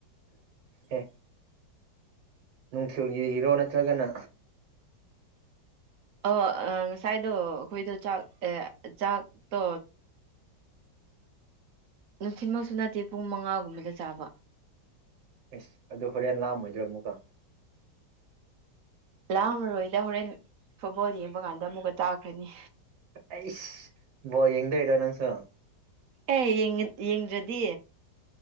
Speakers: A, on the right; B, on the right.
A: ꯑꯦ ꯅꯨꯡꯊꯦꯦꯜ ꯏꯔꯣ ꯅꯠꯇ꯭ꯔꯒꯅ
B: ꯑ ꯉꯁꯥꯏꯗꯣ ꯑꯩꯈꯣꯏꯗꯣ ꯆꯥꯛ ꯆꯥꯛꯇꯣ ꯅꯨꯡꯊꯤꯤꯟꯃꯛꯁꯨ ꯅꯠꯇꯦ ꯄꯨꯡ ꯃꯉꯥꯒꯨꯝꯕꯗ ꯆꯥꯕ
A: ꯑꯦꯁ ꯑꯗꯨ ꯍꯣꯔꯦꯟ ꯂꯥꯑꯝꯃꯣꯏꯗ꯭ꯔꯣ ꯑꯃꯨꯛꯀ
B: ꯂꯥ ꯃꯔꯔꯣꯏꯗ ꯍꯣꯔꯦꯟ ꯐꯨꯠꯕꯣꯜ ꯌꯦꯡꯕ ꯀꯥꯟꯗ ꯑꯃꯨꯛꯀ ꯇꯥꯈ꯭ꯔꯅꯤ
A: ꯑꯩꯁ ꯕꯣ ꯌꯦꯡꯗꯣꯏꯔꯣ ꯅꯪꯁꯨ
B: ꯑꯦ ꯌꯦꯡꯗ꯭ꯔꯗꯤ